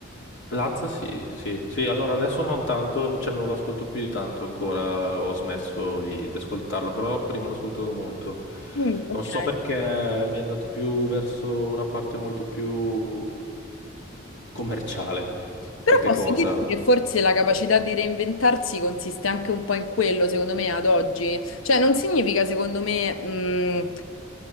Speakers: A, on the left; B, on the left.
A: Lazza sì, sì, sì, allora adesso non tanto, cioè non lo ascolto più di tanto ancora, ho smesso di, di ascoltarlo, però prima l'ho ascoltato molto.
B: Mm, ok.
A: Non so perché mi è andato più verso una parte molto più commerciale, qualche
B: Però posso
A: cosa.
B: dirti che forse la capacità di reinventarsi consiste anche un po' in quello, secondo me, ad oggi. Cioè, non significa, secondo me, mh,